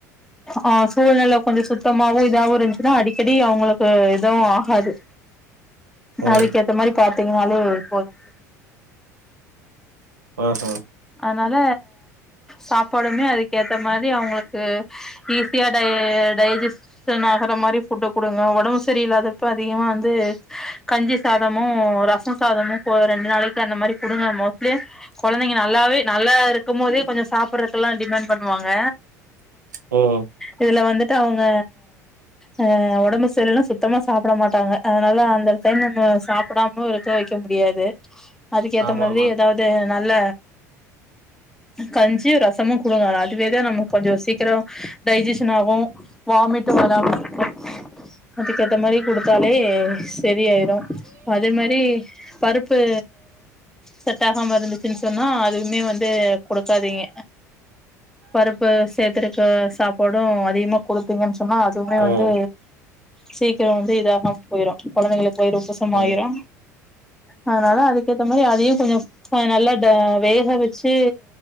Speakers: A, in the centre; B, on the right (about 80°).
A: ஆ சூழ்நெல கொஞ்சொ சுத் சுத்தமாவு இதாவு இருந்துச்சுன்னா அடிக்கடி அவுங்களுக்கு எதுவு ஆகாது
B: ம்.
A: அதுக்கேத் இது மாரி பாத்தீங்கன்னாலே ஒரு போது <inaudible>
B: ஆஹா.
A: அதனால சாப்பாடுமே அதுக்கேத்த மாரி அவங்களுக்கு ஈஸியா டை டைஜஸ்ட் னாகற மாரி ஃபுட்டு குடுங்க உடம்பு சரி இல்லாதப்ப அதிகமா வந்து கஞ்சி சாதமு ரச சாதமு ரெண்டு நாளைக்கு அந்த மாரி குடுங்கமோ கொழந்தைங்க நல்லாவே நல்லாருக்கு போதே கொஞ்சோ சாப்ட்ற ல்லா டிமாண்ட் பண்ணுவாங்க
B: ம்.
A: இதுல வந்துட்டு அவங்க ஆ உடம்பு சரி இல்லனா சுத்தமா சாப்ட மாட்டாங்க அதனால அந்த டைம் நம்ம சாப்டாம இருக்க வக்க இருக்க முடியாது அதுக்கேத்த
B: ஆமாமா.
A: மாதிரி எதாவது நல்ல கஞ்சி ரசமு குடுங்க அதுவேதா நமக்கு கொஞ்சோ சீக்கிர டைஜஷன் ஆகு வாமிட்டு வராம இருக்கு அதுக்கேத்த மாரி குடுத்தாலே சரியாய்ரு அதே மாரி பருப்பு செட்டாகாம இருந்துச்சுன் சொன்னா அதுமே வந்து குடுக்காதீங்க பருப்பு சே்த்துருக்க சாப்பாடு அதிகமா குடுத்தீங்கன்னு சொன்னா எப்பதுவுமே
B: ம்,
A: வந்து சீக்கிர வந்து இதாகாம போய்ரு கொழந்தைங்களுக்கு வயிறு உப்பசம்
B: ம்.
A: ஆய்ரு அதனால அதுக்கேத்த மாதிரி அதையு கொஞ்சோ அத நல்லா தா வேக வச்சு